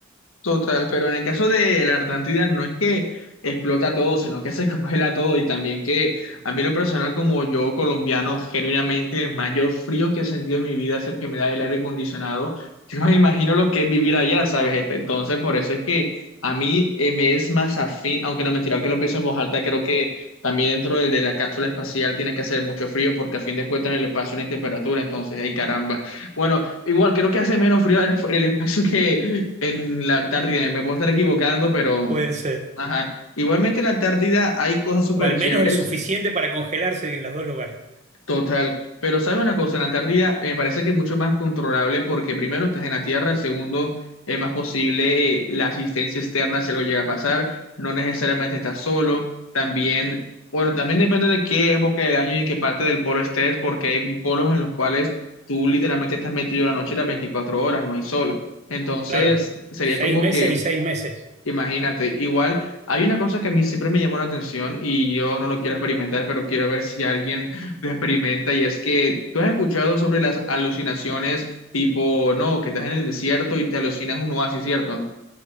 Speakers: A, on the left; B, on the right.
A: Total, pero en el caso de la Antártida no es que explota todo, sino que se <laughs> congela todo y también que a mí lo personal como yo colombiano, genuinamente el mayor frío que he sentido en mi vida es el que me da el aire acondicionado. <laughs> Yo no me imagino lo que es vivir allá, ¿sabes? Este, Entonces, por eso es que a mí eh, me es más afín, aunque no mentira que lo pienso en voz alta, creo que también dentro de, de la cápsula espacial tiene que hacer mucho frío porque a fin de cuentas en el espacio no hay temperatura, entonces, ay caramba. Bueno, igual creo que hace menos frío en el, en el espacio que en la Antártida. Me puedo estar equivocando, pero
B: Puede ser.
A: ajá. Igualmente en la Antártida hay cosas súper
B: O al
A: chéveres.
B: menos el suficiente para congelarse en los dos lugares.
A: Total, pero sabes una cosa, la Antártida eh, me parece que es mucho más controlable porque primero estás en la Tierra, segundo es más posible eh, la asistencia externa si algo llega a pasar, no necesariamente estás solo, también, bueno, también depende de qué época del año y en qué parte del polo estés, porque hay polos en los cuales tú literalmente estás metido la noche y las 24 horas, no hay sol. Entonces,
B: Claro.
A: sería
B: Seis
A: como
B: meses
A: que
B: y seis meses.
A: Imagínate, igual hay una cosa que a mí siempre me llamó la atención y yo no lo quiero experimentar, pero quiero ver si alguien lo experimenta y es que tú has escuchado sobre las alucinaciones tipo, no, que estás en el desierto y te alucinas un oasis, ¿cierto?